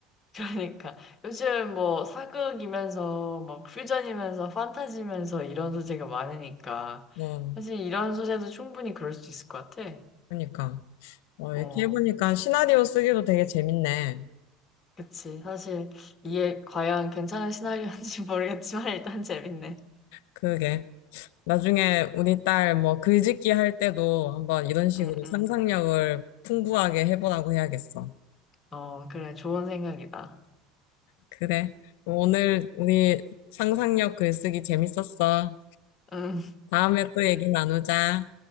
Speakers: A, on the left; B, on the left.
A: 그러니까 요즘 뭐 사극이면서 막 퓨전이면서 판타지면서 이런 소재가 많으니까
B: 어,
A: 사실 이런 소재도 충분히 그럴 수 있을 것 같아.
B: 그러니까 어,
A: 어,
B: 이렇게 해보니까 시나리오 쓰기도 되게 재밌네
A: 그치. 사실 이게 과연 괜찮은 시나리오인지 <laughs> 모르겠지만 일단 재밌네.
B: 그게 나중에 우리 딸 뭐 글짓기 할 때도 한번 이런 식으로
A: 응, 응.
B: 상상력을 풍부하게 해보라고 해야겠어.
A: 어, 그래. 좋은 생각이다.
B: 그래. 오늘 우리 상상력 글쓰기 재밌었어.
A: 응,
B: 다음에 또 얘기 나누자.